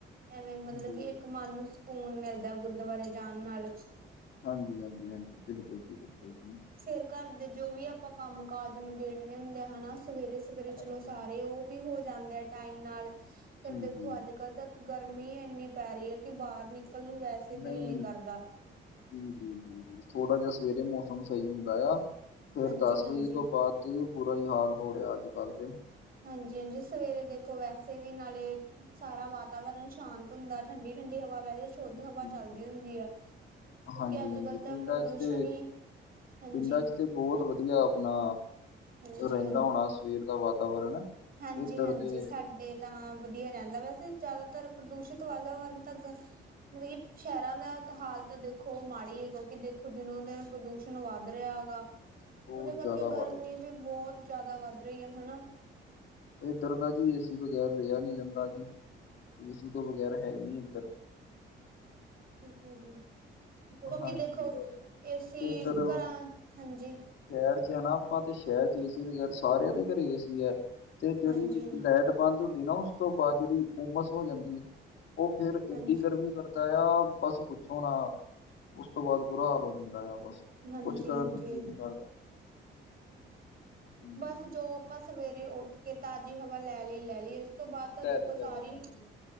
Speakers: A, on the right; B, on the left.
A: ਐਵੇਂ ਮਤਲਬ
B: ਹਾਂਜੀ
A: ਕਿ ਇੱਕ ਮਨ ਨੂੰ ਸੁ ਸਕੂਨ ਮਿਲਦਾ ਗੁਰਦੁਆਰੇ ਜਾਣ ਨਾਲ।
B: ਹਾਂਜੀ ਹਾਂਜੀ ਹਾਂਜੀ, ਬਿਲਕੁਲ ਜੀ ਬਿਲਕੁਲ ਜੀ।
A: ਫੇਰ ਘਰ ਦੇ ਜੋ ਵੀ ਆਪਾਂ ਕੰਮ ਕਾਜ ਨਿਬੇੜਨੇ ਹੁੰਦੇ ਆ। ਹੈਣਾ ਸਵੇਰੇ ਸਵੇਰੇ
B: ਹਾਂਜੀ।
A: ਚਲੋ ਸਾਰੇ ਉਹ, ਵੀ ਹੋ ਜਾਂਦੇ ਆ ਟਾਈਮ ਨਾਲ, ਫੇਰ
B: ਜੀ
A: ਰ ਦੇਖੋ
B: ਜੀ
A: ਅੱਜ ਕੱਲ੍ਹ ਤਾਂ, ਗਰਮੀ ਇੰਨੀ ਪੈ ਰਹੀ ਹੈ ਕਿ, ਬਾਹਰ ਨਿਕਲ ਨੂੰ ਵੈਸੇ
B: ਨਹੀਂ
A: ਦਿਲ ਨੀ ਕਰਦਾ
B: ਜੀ ਜੀ ਜੀ ਥੋੜਾ ਜਿਹਾ ਸਵੇਰੇ ਮੌਸਮ ਸਹੀ ਹੁੰਦਾ ਆ। ਫੇਰ
A: ਹਾਂਜੀ
B: ਦਸ
A: ਹਾਂਜੀ
B: ਵਜੇ ਤੋਂ ਬਾਅਦ ਤੇ ਬੁਰਾ ਹੀ ਹਾਲ ਹੋ ਰਿਹਾ ਅੱਜ ਕੱਲ੍ਹ ਤੇ।
A: ਹਾਂਜੀ-ਹਾਂਜੀ, ਸਵੇਰੇ ਦੇਖੋ ਵੈਸੇ ਵੀ ਨਾਲੇ ਸਾਰਾ ਵਾਤਾਵਰਨ ਸ਼ਾਂਤ, ਹੁੰਦਾ ਠੰਡੀ-ਠੰਡੀ ਹਵਾ ਵਹਿ ਸ਼ੁੱਧ
B: ਜੀ
A: ਹਵਾ
B: ਜੀ
A: ਚੱਲਦੀ
B: ਜੀ।
A: ਹੁੰਦੀ ਹੈ। ਕਿਉਂਕਿ
B: ਹਾਂਜੀ
A: ਅੱਜ
B: ਹਾਂਜੀ
A: ਕੱਲ੍ਹ ਤਾਂ
B: ਪਿੰਡਾਂ
A: ਪ੍ਰਦੂਸ਼ਣ
B: ਚ ਤੇ
A: ਈ, ਹਾਂਜੀ।
B: ਪਿੰਡਾਂ ਚ ਤੇ ਬਹੁਤ ਵਧੀਆ ਅਪਣਾ
A: ਹਾਂਜੀ
B: ਰਹਿੰਦਾ ਹੋਣਾ ਸਵੇਰ ਦਾ ਵਾਤਾਵਰਨ?
A: ਹਾਂਜੀ-ਹਾਂਜੀ।
B: ਇੱਧਰ ਤੇ
A: ਸਾਡੇ, ਤਾਂ ਵਧੀਆ ਰਹਿੰਦਾ ਵੈਸੇ ਜ਼ਿਆਦਾਤਰ ਪ੍ਰਦੂਸ਼ਿਤ ਵਾਤਾਵਰਨ ਤਾਂ ਮਤਲਬ ਕਿ ਸ਼ਹਿਰਾਂ ਦਾ ਹਾਲ ਤਾਂ ਦੇਖੋ ਮਾੜੀ ਹੈ। ਕਿਉਂਕਿ ਦੇਖੋ ਦਿਨੋ ਦਿਨ ਪ੍ਰਦੂਸ਼ਣ ਵੱਧ, ਵੱਧ ਰਿਹਾ ਹੈਗਾ।
B: ਬਹੁਤ
A: ਉਹਦੇ ਕਰਕੇ
B: ਜ਼ਿਆਦਾ
A: ਗਰਮੀ
B: ਵੱਧ ਗਿਆ।
A: ਵੀ ਬਹੁਤ ਜਿਆਦਾ ਵੱਧ ਰਹੀ ਹੈ ਹੈਣਾ?
B: ਇੱਧਰ ਤਾਂ ਜੀ ਏਸੀ ਬਗੈਰ ਰਿਹਾ ਨੀ ਜਾਂਦਾ ਜੀ। ਏਸੀ ਤੋਂ ਬਗੈਰ ਹੈ ਹੀ ਨਹੀਂ ਇੱਧਰ।
A: ਠੀਕ ਹੈ ਜੀ ਕਿਉਕਿ
B: ਹਾਂਜੀ
A: ਦੇਖੋ
B: ਇਹ
A: ਏਸੀ
B: ਇੱਧਰ
A: ਘਰਾਂ ਹਾਂਜੀ।
B: ਸ਼ਹਿਰ ਚ ਹੈਨਾ ਆਪਾਂ ਤੇ ਸ਼ਹਿਰ ਚ ਏਸੀ ਬਗੈਰ ਸਾਰਿਆਂ ਦੇ ਘਰੇ ਏਸੀ ਹੈ। ਤੇ ਜਿਹੜੀ
A: ਹਾਂਜੀ
B: ਲਾਈਟ ਬੰਦ ਹੁੰਦੀ ਨਾ ਉਸ ਤੋਂ ਬਾਅਦ ਜਿਹੜੀ ਉਮਸ ਹੋ ਜਾਂਦੀ ਉਹ ਫੇਰ
A: ਹਾਂਜੀ
B: ਏਡੀ ਗਰਮੀ ਕਰਦਾ ਆ ਬਸ ਪੁੱਛੋ ਨਾ। ਉਸ ਤੋਂ ਬਾਅਦ ਬੁਰਾ ਹਾਲ ਹੋ ਜਾਂਦਾ ਆ ਬਸ
A: ਹਾਂਜੀ
B: ਕੁਛ ਕਰਨ
A: ਹਾਂਜੀ
B: ਨੂੰ ਜੀ ਨੀ ਕਰਦਾ। ਹਮ,
A: ਬਸ ਜੋ ਆਪਾਂ ਸਵੇਰੇ ਉੱਠ ਕੇ ਤਾਜ਼ੀ ਹਵਾ ਲੈ ਲਈ ਲੈ ਲਈ ਉਸ ਤੋਂ ਬਾਅਦ ਤਾਂ
B: ਲੈ
A: ਦੇਖੋ
B: ਲਈ ਲੈ
A: ਸਾਰੀ
B: ਲਈ ਹਾਂਜੀ